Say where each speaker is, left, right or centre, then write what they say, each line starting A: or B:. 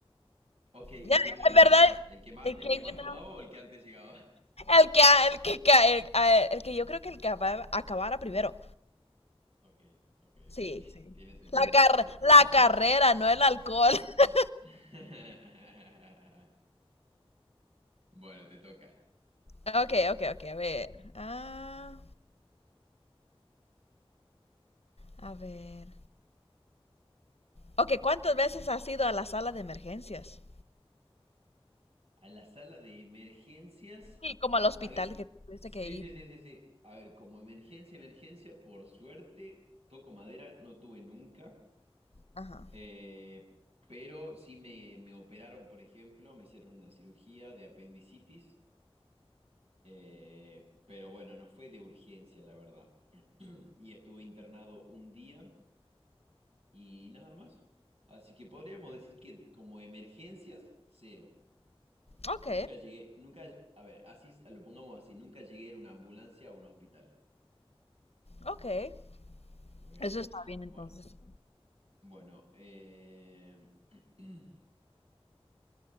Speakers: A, on the right; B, on the left.
A: Ok, ¿y
B: Ya,
A: quién ganaba?
B: en verdad,
A: ¿El que más,
B: ¿el
A: el
B: quién
A: que más
B: ganaba?
A: tomaba o el que antes llegaba? <laughs>
B: El que, el que, ca- el, ah, el que yo creo que el que acaba- acabara primero.
A: Ok, ok, <laughs>
B: Sí. Sí.
A: tiene sentido.
B: La, car- la carrera, no el alcohol. <laughs>
A: <laughs> Bueno, te toca.
B: Ok, ok, ok, a ver. Ah, a ver. Ok, ¿cuántas veces has ido a la sala de emergencias?
A: A la sala de emergencias.
B: Sí, como al hospital
A: A ver,
B: que tuviste
A: sí,
B: que ir.
A: sí, sí, sí, sí. A ver, como emergencia, emergencia, por suerte, toco madera, no tuve nunca.
B: Ajá.
A: Eh, pero sí me, me operaron, por ejemplo, me hicieron una cirugía de apendicitis Eh, pero bueno, no fue de urgencia, la verdad. <clears throat> Y estuve internado un día y nada más. Así que podríamos decir que como emergencias, cero.
B: Ok,
A: Nunca llegué, nunca, a ver, así lo pongamos así, nunca llegué en una ambulancia a un hospital.
B: ok.
A: ¿Ok?
B: Eso está bien entonces.
A: Bueno, bueno. eh, <clears throat>